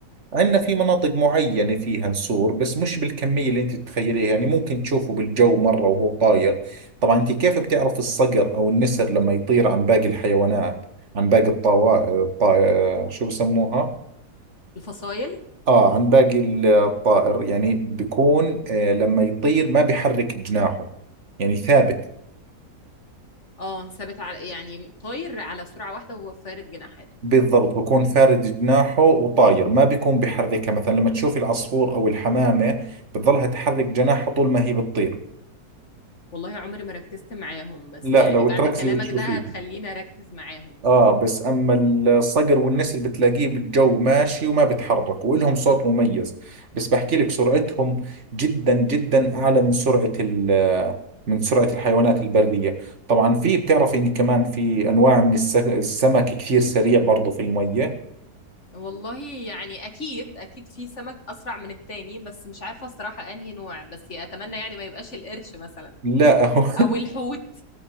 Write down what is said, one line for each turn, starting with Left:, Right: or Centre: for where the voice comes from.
Right: عندنا في مناطق معينة فيها نسور بس مش بالكمية اللي انت تتخيليها يعني ممكن تشوفه بالجو مرة وهو طاير طبعا انت كيف بتعرف الصقر او النسر لما يطير عن باقي الحيوانات عن باقي الطوائر الطا... شو بسموها
Left: الفصايل
Right: آه عن باقي ال- الطائر يعني بيكون آه لما يطير ما بيحرك جناحه يعني ثابت
Left: اه ثابت على يعني طاير على سرعه واحده وهو فارد جناحاته
Right: بالضبط بكون فارد جناحه وطاير ما بيكون بيحركها مثلا لما تشوف العصفور أو الحمامة بتظلها تحرك جناحها طول ما هي بتطير
Left: والله عمري ما ركزت معاهم بس
Right: لا
Left: يعني
Right: لو
Left: بعد
Right: تركزي
Left: كلامك
Right: بتشوفيه
Left: ده هتخليني اركز معاهم
Right: اه
Left: اه
Right: بس اما الصقر والنسر بتلاقيه بالجو ماشي وما بتحرك والهم صوت مميز بس بحكي لك سرعتهم جدا جدا اعلى من سرعة ال من سرعة الحيوانات البرية طبعا في بتعرفي ان كمان في انواع من الس- السمك كثير سريع برضو في المية
Left: والله يعني اكيد اكيد في سمك اسرع من التاني بس مش عارفه الصراحه انهي نوع بس اتمنى يعني ما يبقاش القرش مثلا
Right: لا <laughs> هو
Left: او الحوت